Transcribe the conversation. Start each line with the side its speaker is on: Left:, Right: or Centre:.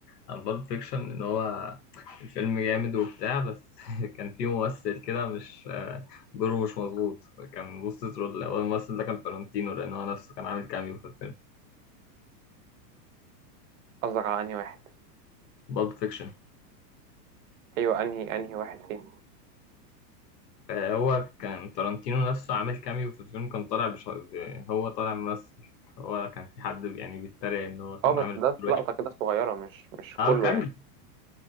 Left: عن بالب فيكشن ان هو الفيلم جامد وبتاع بس <laughs> كان فيه ممثل كده مش آه، دوره مش مظبوط كان بوست ترول هو الممثل ده كان تارانتينو لان هو نفسه كان عامل كاميو في الفيلم
Right: قصدك على انهي واحد
Left: بالب فيكشن
Right: ايوه انهي انهي واحد فيه
Left: آه، هو كان تارانتينو نفسه عامل كاميو في الفيلم كان طالع بش... ب- هو طالع ممثل هو كان في حد يعني بيتريق ان هو كان
Right: اه بس
Left: عامل
Right: ده
Left: دور
Right: في لقطة
Left: وحش.
Right: كده صغيرة مش مش
Left: اه
Right: كله
Left: كاميو
Right: يعني